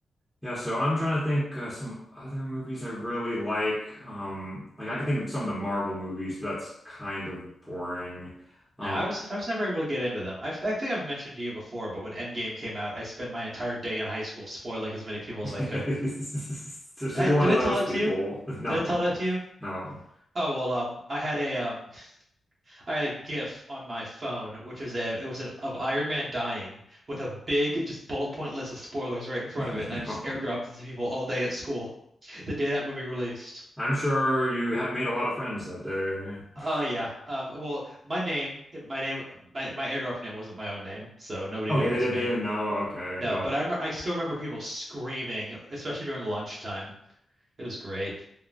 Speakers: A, in the centre; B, on the right.
A: Yeah, so I'm trying to think uh, some other movies I really like. Um like I could think of some of the Marvel movies, but that's kind of boring.
B: Yeah,
A: Um
B: I was I was never able to get into them. I I think I've mentioned to you before, but when Endgame came out, I spent my entire day in high school spoiling as many people as
A: <laughs>
B: I could.
A: so so
B: I,
A: you're one
B: did
A: of
B: I
A: those
B: tell that
A: people.
B: to you?
A: <laughs> No.
B: Did I tell that to you?
A: No.
B: Oh well, um, I had a um. I had a GIF on my phone, which was a it was a, of Iron Man dying with a big just bullet point list of spoilers right in front
A: <laughs>
B: of it, and
A: No.
B: I just airdropped it to people all day at school the day that movie released.
A: I'm sure you have made a lot of friends that day.
B: Oh yeah. Um, well, my name, my name, my my airdrop name wasn't my own name, so nobody
A: Okay,
B: knew it
A: they,
B: was
A: didn't-
B: me.
A: they didn't know. Okay,
B: No,
A: yeah.
B: but I'm I still remember people screaming, especially during lunchtime. It was great.